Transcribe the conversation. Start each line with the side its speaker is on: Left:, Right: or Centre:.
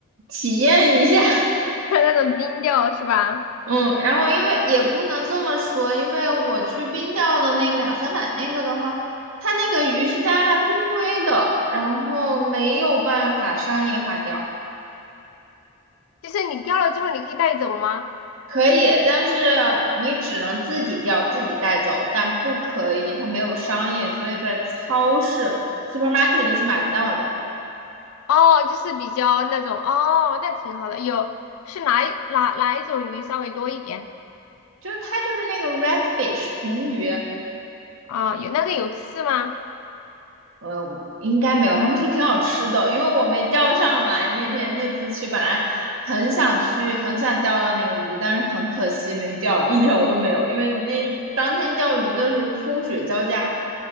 Right: 体验一下。
Left: <laughs> 那种冰钓是吧？
Right: 嗯，然后因为也不能这么说，因为我去冰钓的那个两三百那个的话，它那个鱼是加拿大濒危的，然后没有办法商业化钓，
Left: 就是你钓了之后，你可以带走吗？
Right: 可以，但是你只能自己钓，自己带走，但不可以，它没有商业，所以在超市 supermarket 都是买不到的，
Left: 哦，就是比较那种哦，那挺好的。有是哪一哪哪一种鱼稍微多一点
Right: 就是它就是那个 redfish 红鱼，
Left: 啊？有那个有刺吗？
Right: 呃，应该没有，他们说挺好吃的，因为我没钓上来。那天那次去，本来很想去，很想钓到那个鱼，但是很可惜没钓，一条都没有。因为那当天钓鱼的时候是风雪交加，